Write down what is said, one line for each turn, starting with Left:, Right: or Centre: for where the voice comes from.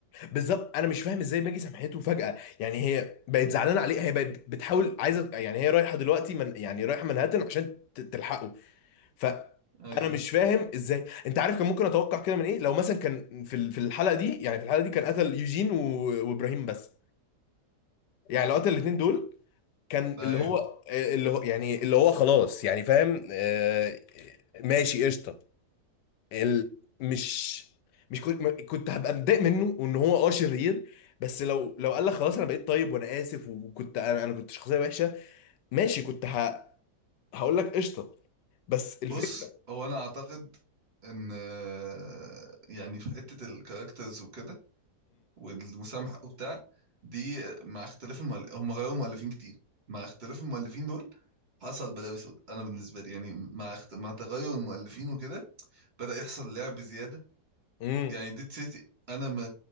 Left: بالظبط انا مش فاهم ازاي ماجي سامحته فجأة يعني هي بقت زعلانه عليه هي بقت بتحاول عايزه يعني هي رايحه دلوقتي من يعني رايحه منهاتن عشان ت- تلحقه فانا
Right: ايوه
Left: مش فاهم ازاي انت عارف كان ممكن اتوقع كده من ايه لو مثلا كان في ال- في الحلقه دي يعني في الحلقه دي كان قتل يوجين و- وابراهيم بس يعني لو قتل الاثنين دول كان
Right: ده
Left: اللي
Right: ايوه
Left: هو اللي هو يعني اللي هو خلاص يعني فاهم آه، ماشي قشطه ال- مش مش كنت ما- كنت هبقى متضايق منه وان هو اه شرير بس لو لو قال لك خلاص انا بقيت طيب وانا اسف وكنت انا انا كنت شخصيه وحشه ماشي كنت ه... هقول لك قشطه بس الفكره
Right: بص هو انا اعتقد ان آه، يعني في حتة الكاركترز وكده والمسامحة وبتاع دي آه، مع اختلاف المؤل... هم غيروا مؤلفين كتير مع اختلاف المؤلفين دول حصل بلاوي سود انا بالنسبه لي يعني مع اخت... مع تغير المؤلفين وكده بدأ يحصل لعب زيادة
Left: امم
Right: يعني ديد سيتي انا ما